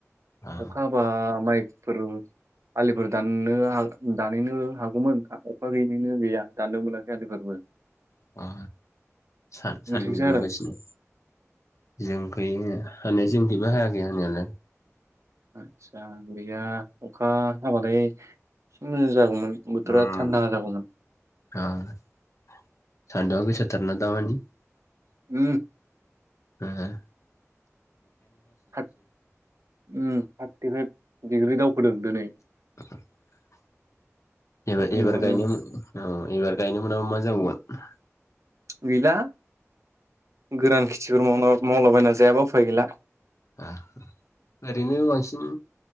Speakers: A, on the left; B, on the right.
A: अ
B: अखा हाबा माइफोर आलिफोर दाननो हाग दानायहनो हागौमोन अखा गैयिनिनो गैया दाननो मोनाखै आलिफोरबो।
A: अ सा-
B: नोंसिनिखैसो
A: सानदुं दुंगासिनो
B: हादों
A: जों खैनो। हानाया जोंखैबो हायाखै हानायालाय।
B: आतसा गैया अखा हाबालाय मोजा जागौमोन। बोथोरा
A: उम
B: थान्दा जागौमोन।
A: <unintelligible>
B: उम
A: ए।
B: थाथ ओम थार्टि फाइभ डिग्रि दावखोदों दोनै।
A: <inaudible> एबार-एबार
B: सान्दुंआनो
A: गायनो मो औ एबार गायनो मोनाबा मा जाबावगोन?
B: गैला गोरान खेथिफोर मावना मावलाबायना जायाबा उफाय गैला।
A: हा ओरैनो बांसिन